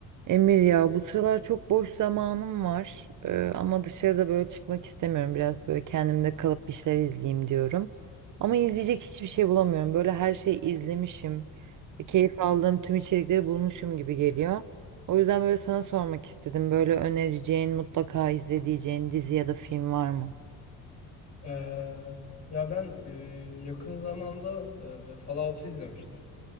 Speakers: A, on the right; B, on the left.
A: Emir ya bu sıralar çok boş zamanım var Ee, ama dışarıda böyle çıkmak istemiyorum biraz böyle kendimde kalıp bir şeyler izleyeyim diyorum ama izleyecek hiçbir şey bulamıyorum böyle her şeyi izlemişim E, keyif aldığım tüm içerikleri bulmuşum gibi geliyor o yüzden böyle sana sormak istedim böyle önereceğin mutlaka izleyeceğin dizi ya da film var mı?
B: Eee, ya ben eee, yakın zamanda eee, Fallout'u izlemiştim.